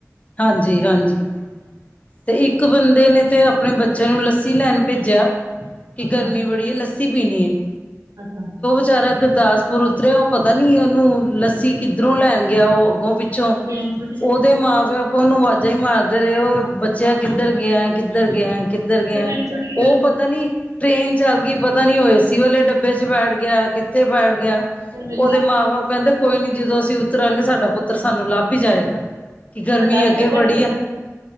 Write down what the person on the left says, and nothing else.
ਹਾਂਜੀ-ਹਾਂਜੀ, ਤੇ ਇੱਕ ਬੰਦੇ
ਨੇ ਤੇ ਆਪਣੇ ਬੱਚੇ ਲੱਸੀ ਲੈਣ ਭੇਜੀਆ, ਕਿ
ਗਰਮੀ ਬੜੀ ਹੈ। ਲੱਸੀ ਪੀਣੀ ਹੈ।
ਵਿਚਾਰਾ ਗੁਰਦਾਸਪੁਰ ਉਤਰਿਆ ਉਹ ਪਤਾ ਨੀ ਉਹਨੂੰ ਲੱਸੀ ਕਿੱਧਰੋਂ ਲੈਣ ਗਿਆ। ਉਹ ਅੱਗੋਂ-ਪਿੱਛੋਂ
ਉਹਦੇ ਮਾਂ-ਪਿਓ ਉਹਨੂੰ ਆਵਾਜ਼ਾਂ ਹੀ ਮਾਰਦੇ ਰਹੇ ਉਹ, ਬੱਚਿਆ ਕਿੱਧਰ ਗਿਆ, ਕਿੱਧਰ ਗਿਆ ਕਿੱਧਰ ਗਿਆ,
ਉਹ
ਪਤਾ ਨੀ ਟ੍ਰੇਨ ਚੱਲ ਗਈ ਪਤਾ ਨੀ ਉਹ ਏ ਸੀ ਵਾਲੇ ਡੱਬੇ ਚ ਬੈਠ ਗਿਆ। ਕਿੱਥੇ ਬੈਠ ਗਿਆ।
ਉਹਦੇ
ਮਾਂ-ਬਾਪ ਕਹਿੰਦੇ, ਕੋਈ ਨੀ ਜਦੋਂ ਅਸੀਂ ਉਤਰਾਂਗੇ, ਸਾਡਾ ਪੁੱਤਰ ਸਾਨੂੰ ਲੱਭ ਹੀ ਜਾਏਗਾ। ਕਿ ਗਰਮੀ
ਅੱਗੇ
ਬੜੀ
ਏ।